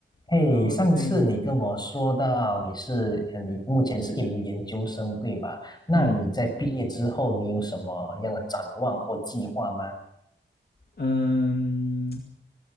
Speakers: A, on the left; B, on the left.
A: 嘿，
B: Hello，
A: 上次你跟我说到你是，
B: 哎，
A: 呃你目前是一名研究生，对吧？那你在毕业之后，
B: 嗯，
A: 你有什么样的展望或计划吗？
B: 嗯，